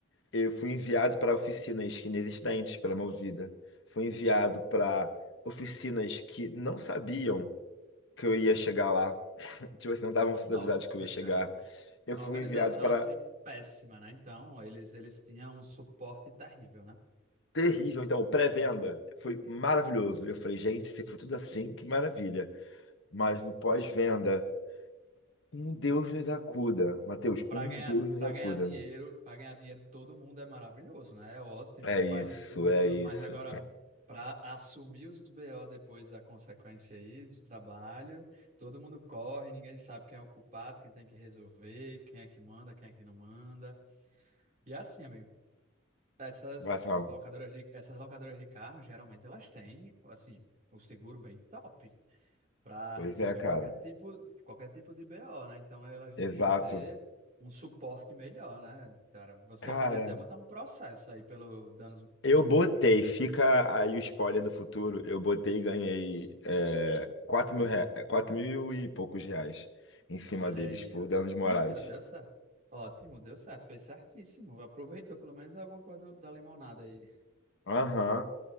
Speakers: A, on the left (about 65°); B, on the right (about 40°).
A: Eu fui enviado para oficinas que inexistentes pela Movida. Fui enviado para oficinas que não sabiam que eu ia chegar lá. <laughs> Tipo assim, não estavam sendo
B: nossa,
A: avisados que eu ia chegar.
B: cara.
A: Eu
B: A
A: fui
B: organização
A: enviado para
B: assim péssima, né? Então, eles eles tinham um suporte terrível, né?
A: Terrível, então, o pré-venda foi maravilhoso. Eu falei, gente, se for tudo assim, que maravilha. Mas no pós-venda, um Deus nos acuda. Mateus,
B: Para
A: um
B: ganhar,
A: Deus nos
B: para
A: acuda.
B: ganhar dinheiro, para ganhar dinheiro, todo mundo é maravilhoso, né? É ótimo,
A: É
B: faz
A: isso,
B: de tudo,
A: é isso.
B: mas agora para assumir os BO depois da consequência aí do trabalho, todo mundo corre, ninguém sabe quem é o culpado, quem tem que resolver, quem é que manda, quem é que não manda. E assim, amigo, essas
A: Vai falar.
B: locadoras de essas locadoras de carro, geralmente elas têm, assim, o seguro bem top para
A: Pois
B: resolver
A: é, cara.
B: qualquer tipo, qualquer tipo de BO, né? Então elas deviam
A: Exato.
B: ter um suporte melhor, né? Cara, você
A: Cara,
B: podia até botar um processo aí pelo danos,
A: eu botei,
B: não não sei.
A: fica aí o spoiler do futuro. Eu botei e ganhei é, 4 mil, rea- 4 mil e poucos reais em cima
B: Olha
A: deles
B: aí,
A: por
B: ó.
A: danos morais.
B: Deu, deu certo. Ótimo, deu certo, fez certíssimo. Aproveitou pelo menos alguma coisa do- da limonada aí.
A: Aham,